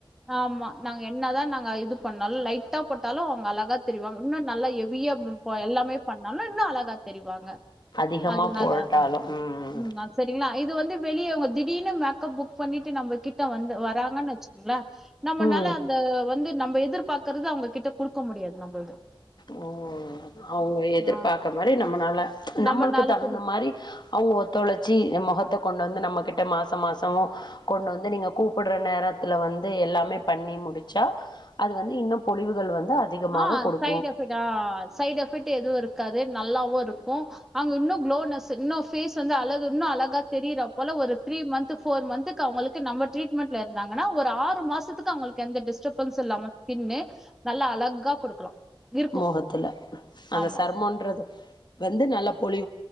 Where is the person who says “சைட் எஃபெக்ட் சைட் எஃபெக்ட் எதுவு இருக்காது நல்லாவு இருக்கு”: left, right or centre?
Centre